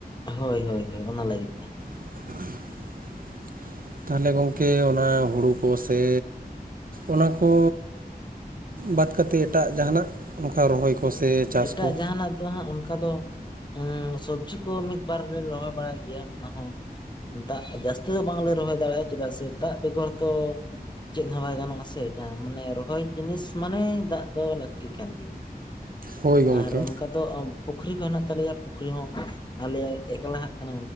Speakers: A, on the left (about 25°); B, on the right (about 60°).
A: ᱦᱳᱭ ᱦᱳᱭ ᱦᱳᱭ ᱚᱱᱟ ᱞᱟᱹᱜᱤᱫ ᱜᱮ
B: <inaudible> ᱛᱟᱦᱚᱞᱮ ᱜᱚᱢᱠᱮ ᱚᱱᱟ ᱦᱩᱲᱩ ᱠᱚ ᱥᱮ ᱚᱱᱟ ᱠᱚ ᱵᱟᱫ ᱠᱟᱛᱮ ᱮᱴᱟᱜ ᱡᱟᱦᱟᱸᱱᱟᱜ ᱚᱱᱠᱟ ᱨᱚᱦᱚᱭ ᱠᱚ ᱥᱮ ᱪᱟᱥ
A: ᱮᱴᱟᱜ
B: ᱠᱚ
A: ᱡᱟᱦᱟᱸᱱᱟᱜ ᱫᱚ ᱦᱟᱸᱜ ᱚᱱᱠᱟ ᱫᱚ ᱦᱚᱸ ᱥᱚᱵᱽᱡᱤ ᱠᱚ ᱢᱤᱫ ᱵᱟᱨ ᱞᱮ ᱨᱚᱦᱚᱭ ᱵᱟᱲᱟᱭ ᱜᱮᱭᱟ ᱚᱱᱟ ᱦᱚᱸ ᱫᱟᱜ ᱡᱟᱹᱥᱛᱤ ᱫᱚ ᱵᱟᱝᱞᱮ ᱨᱚᱦᱚᱭ ᱫᱟᱲᱮᱭᱟᱜ-ᱟ ᱪᱮᱫᱟᱜ ᱥᱮ ᱫᱟᱜ ᱵᱮᱜᱚᱨ ᱛᱚ ᱪᱮᱫ ᱦᱚᱸ ᱵᱟᱭ ᱜᱟᱱᱚᱜ-ᱟ ᱥᱮ ᱡᱟᱦᱟᱸ ᱢᱟᱱᱮ ᱨᱚᱦᱚᱭ ᱡᱤᱱᱤᱥ ᱢᱟᱱᱮ ᱫᱟᱜ ᱫᱚ ᱞᱟᱹᱠᱛᱤ ᱠᱟᱱ ᱜᱮᱭᱟ
B: ᱦᱳᱭ ᱜᱚᱢᱠᱮ
A: ᱟᱨ ᱚᱱᱠᱟ ᱫᱚ ᱯᱩᱠᱷᱨᱤ ᱠᱚ ᱦᱮᱱᱟᱜ ᱛᱟᱞᱮᱭᱟ ᱯᱩᱠᱷᱨᱤ ᱦᱚᱸ ᱟᱞᱮᱭᱟᱜ ᱮᱠᱞᱟᱦᱟᱜ ᱠᱟᱱᱟ